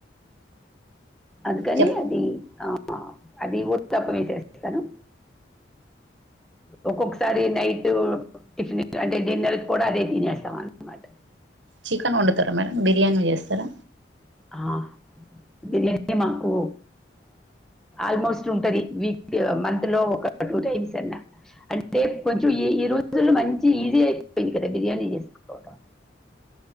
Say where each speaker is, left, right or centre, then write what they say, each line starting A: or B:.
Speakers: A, in the centre; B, on the right.
A: అందుకని
B: చెప్
A: అది ఆ అది ఉత్త పొడితో చేసేస్తాను ఒక్కొక్కసారి నైట్ టిఫిన్ అంటే డిన్నర్ కూడా అదే తినేస్తాం అనమాట
B: చికెన్ వండుతారా మేడం బిర్యానీ చేస్తారా
A: ఆ బిర్యానీ అంటే మాకు ఆల్మోస్ట్ ఉంటది వీక్లీ మంత్ లో ఒక టూ టైమ్స్ అన్నా అంటే కొంచెం ఈ ఈ రోజులో మంచి ఈజీ అయిపోయింది కదా బిర్యానీ చేసుకోవడం